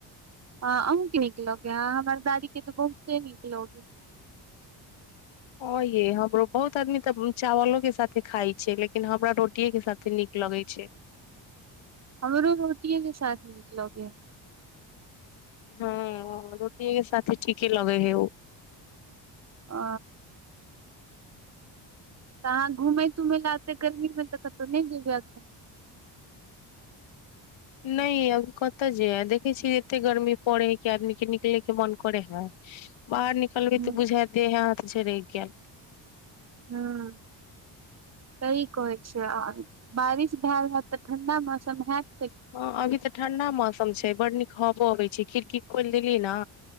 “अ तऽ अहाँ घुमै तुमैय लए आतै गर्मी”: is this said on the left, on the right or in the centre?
Right